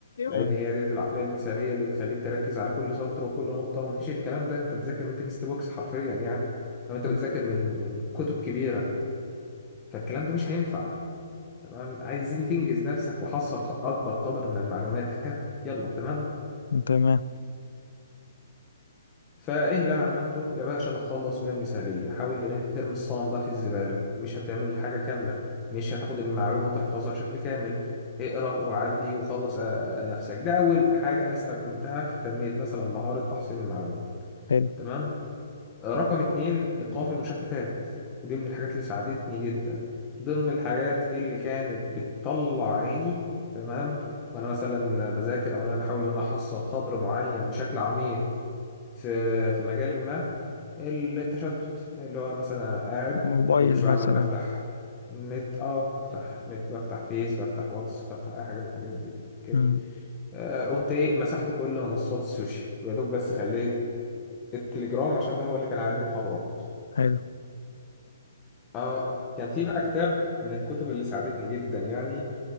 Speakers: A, on the left (about 15°); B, on the left (about 85°).
A: لأن
B: مم.
A: هي ديت العقلية المثالية اللي بتخليك تركز على كل سطر وكل نقطة ومفيش الكلام ده أنت بتذاكر من تكست بوكس حرفيا يعني لو أنت
B: مم.
A: بتذاكر من من كتب كبيرة فالكلام ده مش هينفع تمام عايزين تنجز نفسك وحصل ق- أكبر قدر من المعلومات ها يلا تمام
B: تمام
A: فايه اللي انا عملته يا باشا تخلص من المثاليه حاول ان انت ترمي الصنم ده في الزباله مش هتعمل الحاجه كامله مش هتاخد المعلومه وتحفظها بشكل كامل اقرا وعدي وخلص آه، نفسك ده اول حاجه انا استخدمتها في تنميه مثلا مهاره تحصيل المعلومات
B: حلو
A: تمام رقم اتنين إيقاف المشتتات ودي من الحاجات اللي ساعدتني جدا ضمن الحاجات اللي كانت بتطلع عيني تمام وأنا مثلا بذاكر أو أنا بحاول إن أنا أحصل قدر معين بشكل عميق في في مجال ما التشتت اللي هو مثلا أنا قاعد
B: موبايل
A: كل شوية
B: مثلا
A: عمال بفتح نت اه بفتح نت بفتح فيس بفتح واتس بفتح أي حاجة من الحاجات دي أوكي
B: مم.
A: آه، قمت ايه مسحت كل منصات السوشيال ويا دوب بس خليت التليجرام عشان ده هو اللي كان عليه المحاضرات
B: حلو
A: اه كان في بقى كتاب من الكتب اللي ساعدتني جدا يعني